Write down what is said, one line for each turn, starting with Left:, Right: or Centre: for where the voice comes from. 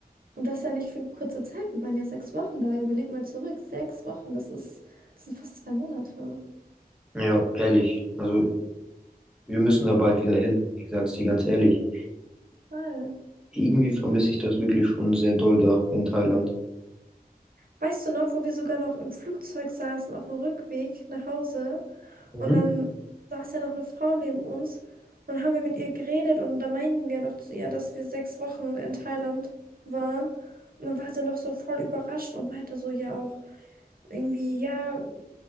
Right: Und das ja nicht für eine kurze Zeit. Wir waren ja sechs Wochen da. Überleg mal zurück. Sechs Wochen, das ist, das sind fast zwei Monate.
Centre: Ja, ehrlich. Also wir müssen da bald wieder hin. Ich sag's dir ganz ehrlich.
Right: Mal.
Centre: Irgendwie vermisse ich das wirklich schon sehr doll da in Thailand.
Right: Weißt du noch, wo wir sogar noch im Flugzeug saßen auf dem Rückweg nach Hause
Centre: Mhm.
Right: und dann saß ja noch eine Frau neben uns und dann haben wir mit ihr geredet und da meinten wir noch zu ihr, dass wir sechs Wochen in Thailand waren und dann war sie noch so voll überrascht und meinte so ja auch irgendwie, ja,